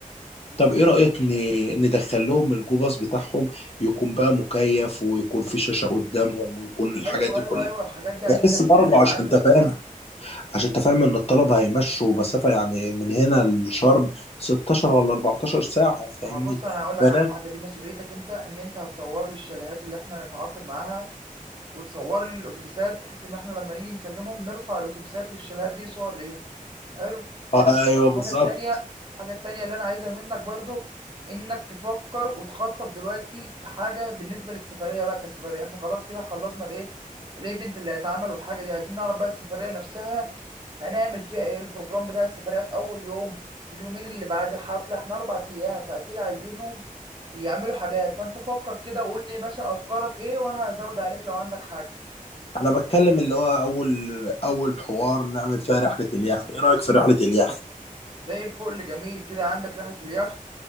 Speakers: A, on the right (about 35°); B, on the left (about 45°).
A: يبقى
B: طب
A: مف-
B: ايه رايك ن- ندخل لهم الجوباص بتاعهم يكون بقى مكيف ويكون في شاشه قدامهم ويكون الحاجات
A: ايوه
B: دي
A: ايوه
B: كلها
A: ايوه الحاجات دي اكيد
B: بس
A: هنتكلم
B: برضه عشان
A: عنها
B: انت فاهم عشان انت فاهم ان الطلبة هيمشوا مسافة يعني من هنا لشرم 16 ولا 14 ساعة فاهمني
A: ما هبص انا هقول لك
B: بلاش
A: على حاجه دي مسؤوليتك انت ان انت هتصور لي الشاليهات اللي احنا هنتعاقد معاها وتصور لي الاتوبيسات بحيث ان احنا لما نيجي نكلمهم نرفع الاتوبيسات والشاليهات دي صور ليها حلو
B: آه،
A: دي حاجة
B: ايوه بالظبط
A: الحاجة التانية الحاجة التانية اللي أنا عايزها منك برضو إنك تفكر وتخطط دلوقتي في حاجة بالنسبة للسفرية بقى كسفرية إحنا خلاص كده خلصنا الإيه الإيفنت اللي هيتعمل والحاجة دي عايزين نعرف بقى السفرية نفسها هنعمل فيها إيه البروجرام بتاع السفرية في أول يوم في اليومين اللي بعد الحفلة إحنا أربع أيام فأكيد عايزينهم يعملوا حاجات فأنت فكر كده وقول لي مثلا أفكارك إيه وأنا هزود عليك لو عندك حاجة
B: انا بتكلم اللي هو اول اول حوار نعمل فيها رحلة اليخت ايه رأيك في رحلة اليخت
A: زي الفل جميل كده عندك رحلة اليخت